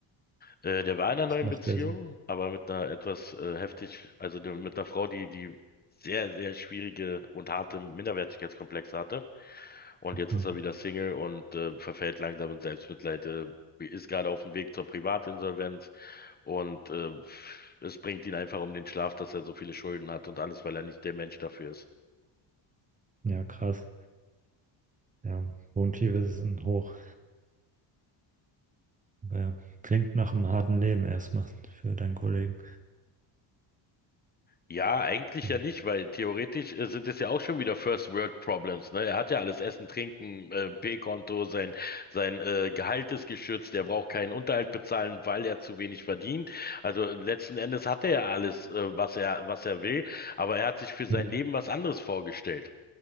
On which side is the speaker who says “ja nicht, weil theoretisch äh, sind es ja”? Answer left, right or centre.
Left